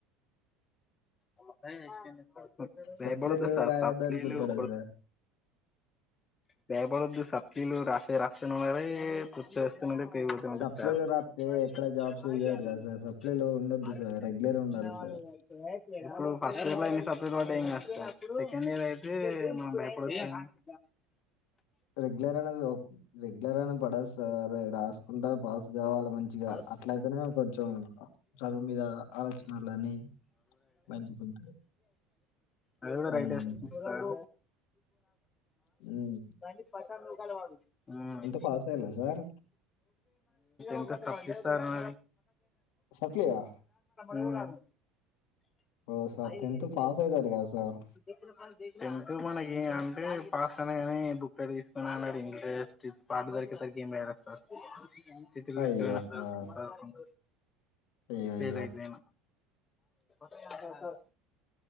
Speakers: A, on the left; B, on the left.
A: <unintelligible> భయపడ
B: సప్లీలు
A: స
B: రాయొద్దు
A: సప్లీ
B: అనుకుంటాడు
A: లు కొ
B: సార్
A: బేపడద్దు సప్లీలు రాసే రాస్తను రే ఉండే పుచ్చ వేస్తనులే <unintelligible>
B: సప్లీలు రాత్తే ఎక్కడ జాబ్స్ ఇయ్యరు కదా సార్ సప్లీలు ఉండొద్దు సార్ రెగ్యులర్ ఉండాలి సార్
A: యువర్ గ్రేట్ ఇప్పుడు ఫస్ట్ ఇయర్ లో ఎన్ని సప్లీలు పోతాయో ఇంకా సెకండ్ ఇయర్ అయితే మనం భయపడ వచ్చామ <inaudible>
B: రెగ్యులర్ అనేది రెగ్యులర్ అనే పడదు సార్ రాసుకుంటారు పాస్ కావాలి మంచిగా
A: <inaudible>
B: అట్లయితేనే కొంచెం చదువు మీద ఆలోచనలని మంచిగుంటాయి
A: అది కూడా
B: హ్మ్
A: రైట్ ఏ సార్
B: ఉమ్
A: నాకు తెల్సి బస్టాండ్ లో ఉంటాడు వాడు ఉమ్
B: పాస్ అయ్యలే సార్
A: ఎంత సేప్
B: సప్లియా
A: <unintelligible> <unintelligible>
B: ఓ సార్ టెన్త్ పాస్ అవుతారు కదా సార్
A: ప్పుడు మనకి అంటే పాస్ కానీ బుక్ తీసుకుని అన్నాడు ఇంట్రెస్ట్ పాటు దరి సరి గేమ్ రాస్తార్ సార్ చిట్టీలు
B: అయ్యో
A: తీసుకొని పోయినా రాస్తార్
B: సార్
A: సార్
B: అయ్యో
A: సేదయితే
B: అయ్యో
A: నేను సార్